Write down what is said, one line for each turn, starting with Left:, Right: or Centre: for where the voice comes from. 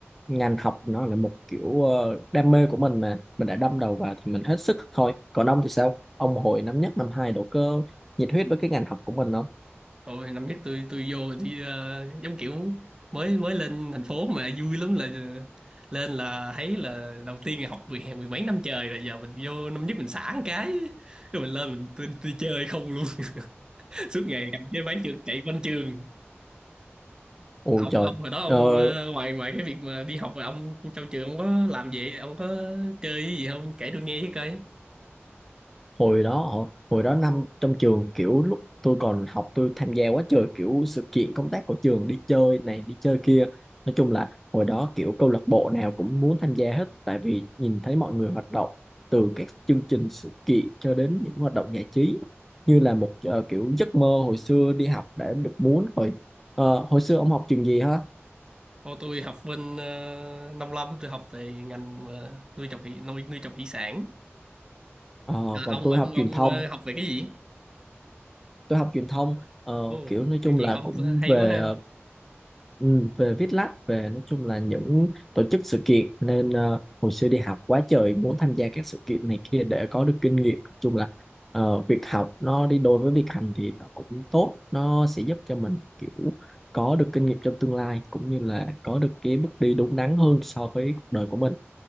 Centre: ngành học nó là một kiểu ờ, đam mê của mình mà mình đã đâm đầu vào thì mình hết sức thôi còn ông thì sao ông hồi năm nhất năm hai độ cơ nhiệt huyết với cái ngành học của mình không
Right: Hồi năm nhất tôi tôi vô đi ờ, giống kiểu mới mới lên thành phố mà vui lắm là lên là thấy là đầu tiên là học mười mười mấy năm trời rồi giờ mình vô năm nhất mình xả một cái rồi mình lên mình tôi, tôi chơi không luôn <laughs> suốt ngày cầm cái bán trường chạy quanh trường
Centre: Ôi
Right: ông
Centre: trời,
Right: ông hồi đó ông
Centre: ờ,
Right: ờ, ngoài ngoài cái việc mà đi học rồi ông trong trường ông có làm gì ông có chơi cái gì không kể tôi nghe với coi
Centre: hồi đó họ- hồi đó năm trong trường kiểu lúc tôi còn học tôi tham gia quá trời kiểu sự kiện công tác của trường đi chơi này đi chơi kia. Nói chung là hồi đó kiểu câu lạc bộ nào cũng muốn tham gia hết tại vì nhìn thấy mọi người hoạt động từ các chương trình sự kiện cho đến những hoạt động giải trí như là một ờ, kiểu giấc mơ hồi xưa đi học đã được muốn rồi. Ờ, hồi xưa ông học trường gì hả?
Right: Ô, tôi học bên uh, nông lâm tôi học về ngành ờ, nuôi trồng thủy nuôi nuôi trồng thủy sản
Centre: Ờ,
Right: Ờ,
Centre: còn
Right: ông
Centre: tôi
Right: ông
Centre: học
Right: ông
Centre: truyền thông,
Right: ờ, học về cái gì
Centre: tôi học truyền thông ờ,
Right: Ồ,
Centre: kiểu nói chung
Right: cái chị
Centre: là
Right: không
Centre: cũng
Right: ờ, hay
Centre: về
Right: quá ha
Centre: ờ, Ừ, về viết lách về nói chung là những tổ chức sự kiện nên ờ, hồi xưa đi học quá trời muốn tham gia các sự kiện này kia để có được kinh nghiệm nói chung là ờ, việc học nó đi đôi với việc hành thì nó cũng tốt nó sẽ giúp cho mình kiểu có được kinh nghiệm trong tương lai cũng như là có được cái bước đi đúng đắn hơn so với cuộc đời của mình